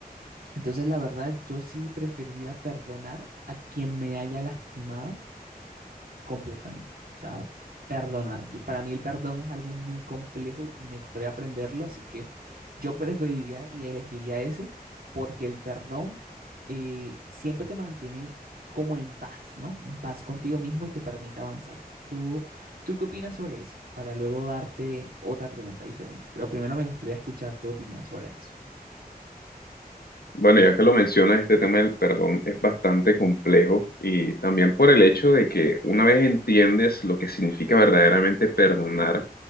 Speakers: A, on the right; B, on the left.
A: Entonces, la verdad, yo sí preferiría perdonar a quien me haya lastimado completamente. O sea, perdonar. Yo- para mí el perdón es algo muy complejo y me gustaría aprenderlo, así que yo preferiría y elegiría ese porque el perdón eh, siempre te mantiene como en paz, ¿no? En paz contigo mismo y te permite avanzar. ¿Tú, tú qué opinas sobre eso? Para luego darte otra pregunta diferente, pero primero me gustaría escuchar tu opinión sobre eso.
B: Bueno, ya que lo mencionas, este tema del perdón es bastante complejo y también por el hecho de que una vez entiendes lo que significa verdaderamente perdonar,